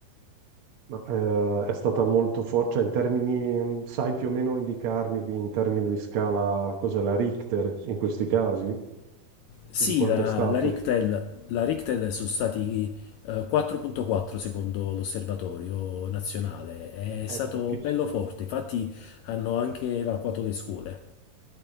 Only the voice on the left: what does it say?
Sì,
la,
la Richtel, la Richtel sono stati eh, 4.4 secondo l'osservatorio nazionale,
è stato
bello forte, infatti hanno anche evacuato le scuole.